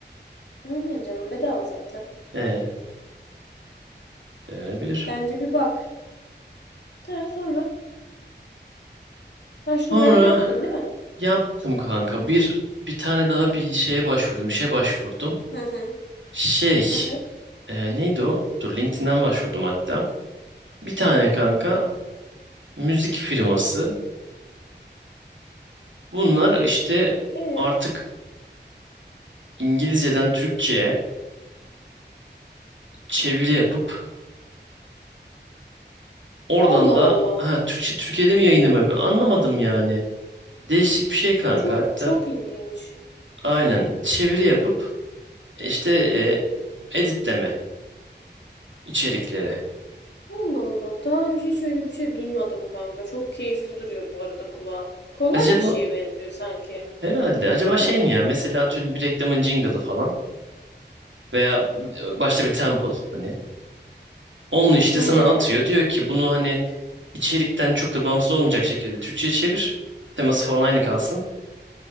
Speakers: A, on the left; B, on the right.
A: Aynen canım bedava zaten.
B: E, denenebilir.
A: Bence bir bak. Ha, sonra başvurularını
B: Sonra
A: yaptın değil mi?
B: Yaptım kanka. Bir bir tane daha bir şeye başvurdum. İşe başvurdum.
A: Hı hı.
B: Şey,
A: Hı hı.
B: e, neydi o? Dur LinkedIn'den başvurdum hatta. Bir tane
A: Hı.
B: kanka müzik firması. Bunlar işte
A: E
B: artık İngilizceden Türkçe'ye çeviri yapıp oradan
A: Allah
B: da
A: Allah.
B: ha, Türkçe Türkiye'de mi yayınlamıyor? Bir Anlamadım yani. Değişik bir şey kanka
A: Çok
B: hatta.
A: çok ilginç.
B: Aynen çeviri yapıp e, işte e, editleme içerikleri.
A: Allah Allah. Daha önce hiç öyle bir şey duymadım kanka. Çok keyifli duruyor bu arada kulağa. Kolay
B: Acaba
A: bir şeye benziyor sanki.
B: Herhalde. Acaba
A: Heh.
B: şey mi ya? Mesela atıyorum bir reklamın jingle'ı falan veya e, başta bir temple hani. Onun işte
A: Hmm.
B: sana atıyor. Diyor ki bunu hani içerikten çok da bağımsız olmayacak şekilde Türkçe'ye çevir. Teması falan aynı kalsın.